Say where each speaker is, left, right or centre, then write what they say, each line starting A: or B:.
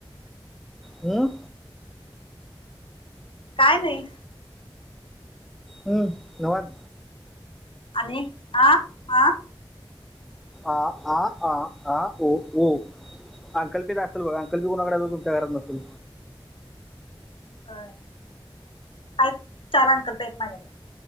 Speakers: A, in the centre; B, on the left.
A: हम्म
B: काय नाही.
A: हम्म नवान
B: आणि आ आ
A: आ आ आ आ ओ ओ अंकल्पित असतल बघा. अंकलीपी कोणाकडे तुमच्या घरात नसल.
B: आहेत. चार अंक लिपी आहेत माझ्याकडे.